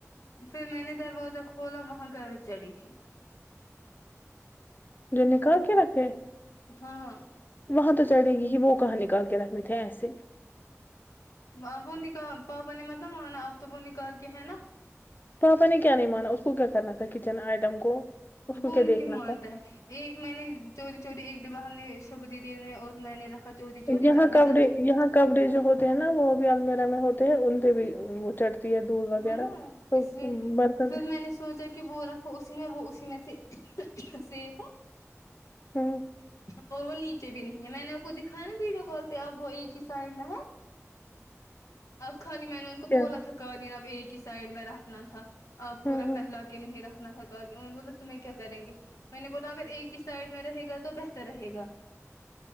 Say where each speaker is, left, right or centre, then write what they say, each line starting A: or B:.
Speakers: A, on the left; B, on the left.
A: پھر میں نے دروازہ کھولا وہاں گرد چڑی تھی
B: جو نکال کے رکھے
A: ہاں
B: وہاں تو چڑے گی ہی وہ کہاں نکال کے رکھنے تھے ایسے
A: اب وہ نکا پاپا نے مطلب مانا آپ تو وہ نکال کے ہیں نا
B: پاپا نے کیا نہیں مانا اس کو کیا کرنا تھا کچن آئٹم کو اس کو
A: وہ
B: کیا
A: نہیں
B: دیکھنا
A: مانتا
B: تھا
A: ہے ایک میں نے چوری چوری ایک ڈبہ ہم نے شوبھو دیدی نے اور میں نے رکھا چوری چوری
B: یہاں
A: جلدی
B: کپڑے
A: جلدی
B: یہاں کپڑے جو ہوتے ہیں نا وہ بھی المیرا میں ہوتے ہیں ان پہ بھی وہ چڑھ دودھ وغیرہ
A: ہے نا
B: تو
A: اس لیے
B: برتن
A: پھر
B: تھے
A: میں نے سوچا کہ وہ رکھو اسی میں وہ اسی میں سے سیف ہے
B: ہوں
A: اور وہ نیچے بھی نہیں ہے میں نے آپ کو دکھایا نا ویڈیو کال پہ اب وہ ایک ہی سائڈ میں ہے اب خالی میں نے ان کو
B: کیا
A: بولا تھا قالین اب ایک ہی سائڈ میں رکھنا تھا اب پورا
B: ہوں ہوں
A: پھیلا کے نہیں رکھنا تھا قالین انہوں نے بولا تمہیں کیا کریں گے میں نے بولا اگر ایک ہی سائڈ میں رہے گا تو بہتر رہے گا